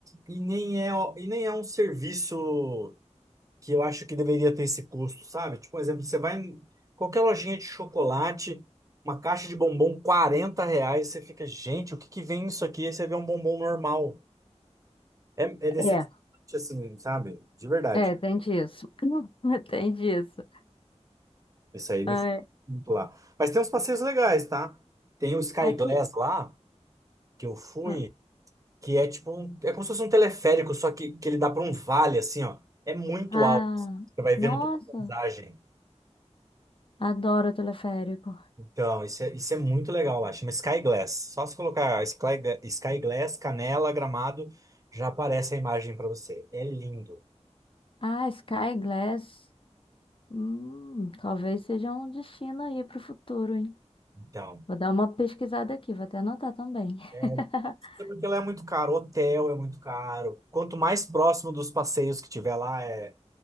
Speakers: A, on the right; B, on the left.
A: e nem é, e nem é um serviço que eu acho que deveria ter esse custo, sabe? Tipo, por exemplo, você vai em qualquer lojinha de chocolate, uma caixa de bombom, 40 reais, você fica, gente, o que que vem isso aqui? Aí você vê um bombom normal. É, é decepcionante,
B: é,
A: assim, sabe? De verdade.
B: é, tem disso. <laughs> Tem disso.
A: Esse aí me
B: Ai,
A: foi muito lá. Mas tem uns passeios legais, tá? Tem o Sky
B: aqui,
A: Glass lá, que eu fui,
B: ah,
A: que é tipo um, é como se fosse um teleférico, só que, que ele dá para um vale, assim, ó. É muito
B: ah,
A: alto. assim, Você vai vendo
B: nossa,
A: toda a paisagem.
B: adoro teleférico.
A: Então, isso é, isso é muito legal lá. Chama Sky Glass. Só se colocar Sky, Gla- Sky Glass, Canela, Gramado, já aparece a imagem para você. É lindo.
B: Ah, Sky Glass, hum, talvez seja um destino aí para o futuro, hein?
A: Então,
B: Vou dar uma pesquisada aqui, vou até anotar também. <laughs>
A: é, porque lá é muito caro. Hotel é muito caro. Quanto mais próximo dos passeios que tiver lá, é